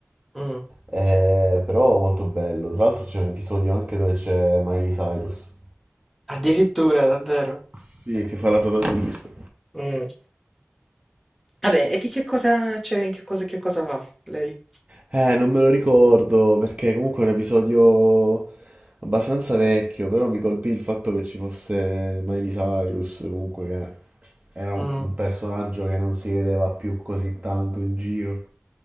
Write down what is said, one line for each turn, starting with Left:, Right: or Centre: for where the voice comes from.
Centre: Mm,
Right: Eh, però molto bello. Tra l'altro c'è un episodio anche dove c'è Miley Cyrus.
Centre: Addirittura, davvero?
Right: Sì, che fa la protagonista.
Centre: Mm. Vabbè, e di che cosa, cioè, in che cosa, che cosa va lei?
Right: Eh, non me lo ricordo perché comunque è un episodio abbastanza vecchio, però mi colpì il fatto che ci fosse Miley Cyrus, comunque che era un,
Centre: Mm.
Right: un personaggio che non si vedeva più così tanto in giro,